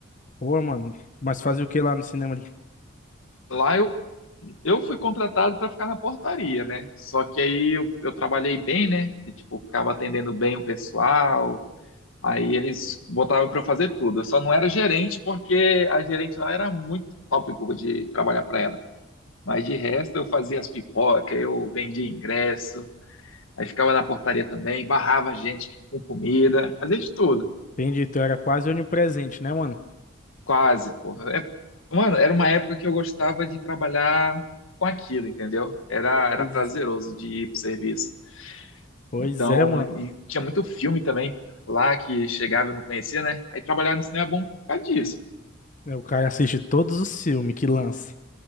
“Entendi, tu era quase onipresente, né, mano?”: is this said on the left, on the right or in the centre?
Left